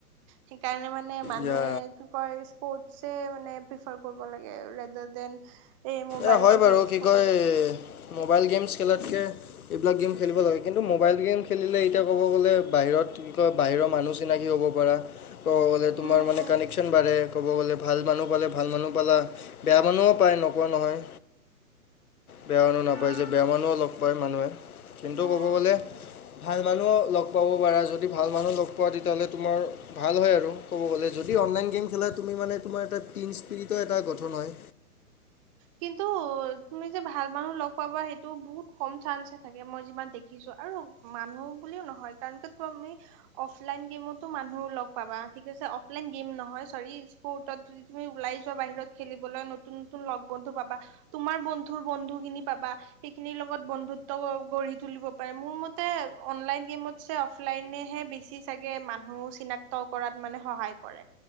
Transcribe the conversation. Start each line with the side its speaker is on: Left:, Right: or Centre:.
Right: সেইকাৰণে মানে মানুহে
Left: ইয়া
Right: কি কয়, স্পৰ্টছে মানে প্ৰিফাৰ কৰিব লাগে ৰেডাৰ দেন এই মোবাইলৰ
Left: এ হয় বাৰু,
Right: গেমছ
Left: কি
Right: খেলাতছে।
Left: কয় মোবাইল গেমছ খেলাতকে, এইবিলাক গেম খেলিব লাগে কিন্তু মোবাইল গেম খেলিলে এতিয়া ক'ব গ'লে বাহিৰত কি কয়, বাহিৰৰ মানুহ চিনাকি হ'ব পাৰা। ক'ব গলে
Right: উম
Left: তোমাৰ মানে
Right: উম
Left: কানেকশ্যন বাঢ়ে। ক'ব গ'লে ভাল মানুহ পালে ভাল মানুহ পালা, বেয়া মানুহো পায় ন'। কোৱা নহয়। বেয়া মানুহ নাপাই
Right: হা
Left: যে, বেয়া মানুহ অলপ কয় মানুহে, কিন্তু
Right: উম
Left: ক'ব গ'লে ভাল মানুহ লগ পাব পাৰা, যদি ভাল মানুহ লগ পোৱা তেতিয়াহ'লে তোমাৰ ভাল হয় আৰু ক'ব গ'লে, যদি অনলাইন গেম খেলা তুমি মানে তোমাৰ এটা টিন স্পিৰিটৰ এটা গঠন হয়।
Right: কিন্তু তুমি যে ভাল মানুহ লগ পাবা সেইটো বহুত কম চান্স থাকে মই যিমান দেখিছো, আৰু মানুহ বুলিও নহয় কাৰণটো কিয় আমি অফলাইন গেমতো মানুহ লগ পাবা ঠিক আছে অফলাইন গেম নহয় চৰি কৰ্টত যদি তুমি ওলাই যোৱা বাহিৰত খেলিবলৈ নতুন-নতুন লগ বন্ধু পাবা। তোমাৰ বন্ধুৰ বন্ধু খিনি পাবা। সেইখিনিৰ লগত বন্ধুত্ব গঢ়ি তুলিব পাৰে মোৰ মতে অনলাইন গেমত অফলাইনেহে বেছি চাগে মানুহ চিনাক্ত কৰাত মানে সহায় কৰে।